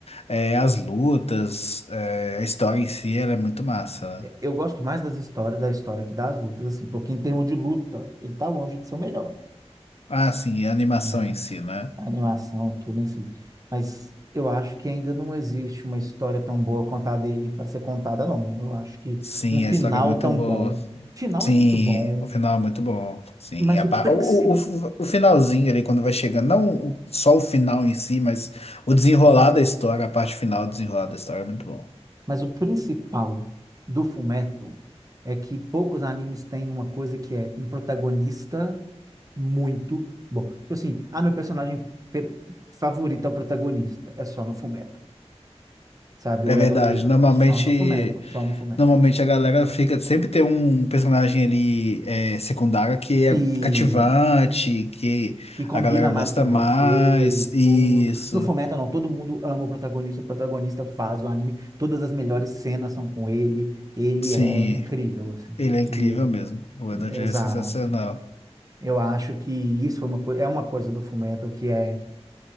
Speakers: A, on the left (about 65°); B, on the right (about 30°).
A: é, as lutas, é, a história em si, ela é muito massa,
B: é,
A: né?
B: eu gosto mais das histórias, da história que das lutas, assim, porque em termos de luta, ele tá longe de ser o melhor,
A: Ah, sim, e a animação
B: né?
A: em si, né?
B: a animação e tudo em si. Mas eu acho que ainda não existe uma história tão boa quanto a dele para ser contada, não. Eu acho que
A: Sim,
B: um final
A: a história é muito
B: tão
A: boa.
B: bom. Final
A: Sim,
B: é muito bom,
A: o final é muito bom. Sim,
B: mas
A: a
B: o
A: pa-
B: princi...
A: o, o, o o finalzinho ali, quando vai chegando, não o- só o final em si, mas o desenrolar da história, a parte final do desenrolar da história é muito bom.
B: mas o principal do Fullmetal é que poucos animes têm uma coisa que é um protagonista muito bom. Tipo assim, ah, meu personagem fe- favorito é o protagonista. É só no Fullmetal. Sabe,
A: É
B: o
A: verdade,
B: Edward Elric,
A: normalmente.
B: só no Fullmetal, só no Fullmetal.
A: Normalmente a galera fica, sempre tem um personagem ali é, secundário que é
B: E
A: cativante, que
B: que combina
A: a galera
B: mais
A: gosta
B: com
A: mais.
B: você e
A: Isso,
B: tudo. No Fullmetal, não, todo mundo ama o protagonista, o protagonista faz o anime, todas as melhores cenas são com ele, ele
A: sim,
B: é incrível, assim.
A: ele é incrível
B: E-
A: mesmo. O Edward
B: exato.
A: é sensacional.
B: Eu acho que isso foi uma coi- é uma coisa do Fullmetal que é,